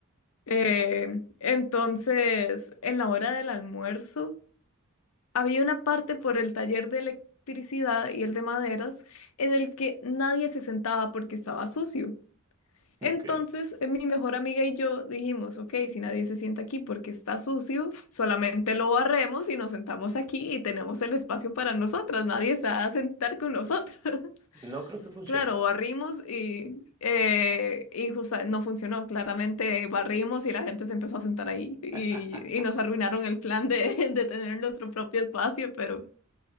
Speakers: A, on the left; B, on the right.
A: Eh, entonces, en la hora del almuerzo, Había una parte por el taller de electricidad y el de maderas en el que nadie se sentaba porque estaba sucio.
B: ok.
A: Entonces, eh, mi mejor amiga y yo dijimos, ok, si nadie se sienta aquí porque está sucio, solamente lo barremos y nos sentamos aquí y tenemos el espacio para nosotras, nadie se va a sentar con nosotras. <laughs>
B: No creo que funcionara.
A: Claro, barrimos y, eh, y justa- no funcionó, claramente barrimos y la gente se empezó a sentar ahí y,
B: <laughs>
A: y nos arruinaron el plan de, <laughs> de tener nuestro propio espacio, pero...